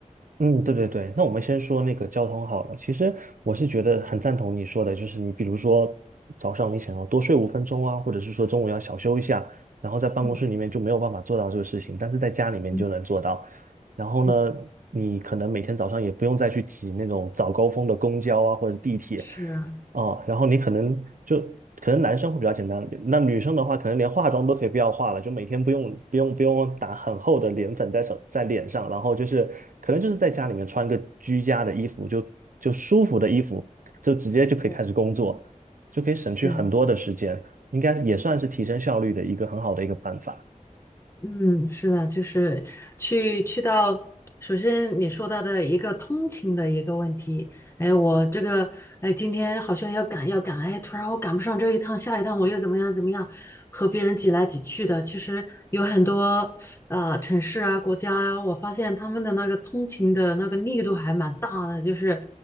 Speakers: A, on the right; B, on the left.
A: 嗯，对对对，那我们先说那个交通好了。其实我是觉得很赞同你说的，就是你比如说早上你想要多睡五分钟啊，或者是说中午要小休一下，然后在办公室里面就没有办法做到这个事情，
B: 嗯
A: 但是在家里面你就能做到。
B: 嗯
A: 然后呢，
B: 嗯，
A: 你可能每天早上也不用再去挤那种早高峰的公交啊或者地铁，
B: 是，
A: 哦，然后你可能就可能男生会比较简单，那女生的话，可能连化妆都可以不要化了，就每天不用不用不用打很厚的脸粉在手在脸上，然后就是可能就是在家里面穿个居家的衣服，就就舒服的衣服，就直接就可以开始工作，
B: 对，
A: 就可以省去很多的时间，
B: 是。
A: 应该也算是提升效率的一个很好的一个办法。
B: 嗯，是的，就是去去到，首先你说到的一个通勤的一个问题，哎，我这个，哎，今天好像要赶要赶，哎，突然我赶不上这一趟，下一趟我又怎么样怎么样，和别人挤来挤去的。其实有很多呃城市啊、国家啊，我发现他们的那个通勤的那个力度还蛮大的，就是